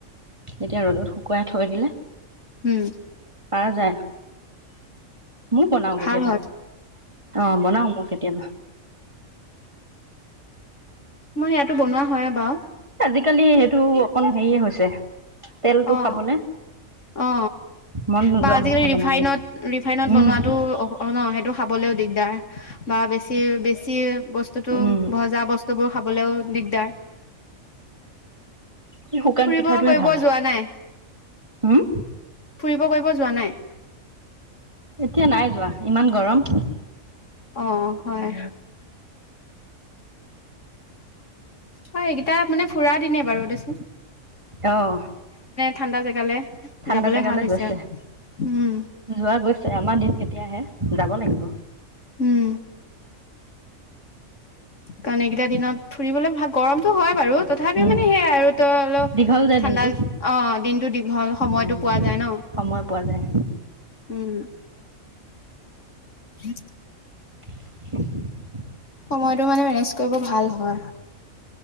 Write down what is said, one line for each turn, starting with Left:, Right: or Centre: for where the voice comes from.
Right: এতিয়া ৰ'দত শুকুৱাই থৈ দিলে
Left: উম
Right: পাৰ যায় মোক বনাও
Left: ভাল
Right: কেতিয়াবা
Left: হয়
Right: অ বনাও মোক কেতিয় অ
Left: মই ইয়াতো বনোৱা হয়ে বাও।
Right: আজিকালি সেইটো অকন হেৰিয়ে হৈছে তেলটো
Left: অ
Right: খাবলে
Left: অ
Right: মন নোযোৱা
Left: বা আজিকালি
Right: হৈছে বনাবলে
Left: ৰিফাইনত ৰিফাইনত
Right: উম
Left: বনোৱাটো ন সেইটো খাবলৈও দিগদাৰ বা বেছি বেছি। তেল বস্তুতো
Right: উম
Left: ভজা বস্তু বোৰ খাবলৈও দিগদাৰ
Right: এই শুকান
Left: ফুৰিব
Right: পিঠাটোৱে
Left: কৰিব
Right: ভাল
Left: যোৱা নাই
Right: হুম
Left: ফুৰিব কৰিব যোৱা নাই
Right: এতিয়া নাই যোৱা ইমান গৰম
Left: অ হয় হয় এইকেইটা মানে ফুৰা দিনে বাৰু দে
Right: অহ
Left: ঠাণ্ডা জেগালে
Right: ঠাণ্ডা
Left: যাবলে
Right: জেগালৈ
Left: ভাল হৈছে
Right: গৈছে
Left: উম
Right: যোৱা গৈছে আমাৰ দিন কেতিয়া আহে যাব লাগিব
Left: উম কাৰণ এইকেইটা দিনত ফুৰিবলে ভাল গৰমতটো হয় বাৰু তথাপিও
Right: উম
Left: মানে সেইয়াই আৰু তই অলপ
Right: দীঘল যে
Left: ঠাণ্ডা
Right: দিনটো
Left: অ দিনতটো দীঘল সময়তো
Right: উম
Left: পোৱা যায় ন
Right: সময় পোৱা যায়
Left: উম উম
Right: <unintelligible>
Left: সময় মানে ৰেষ্ট কৰিব ভাল হব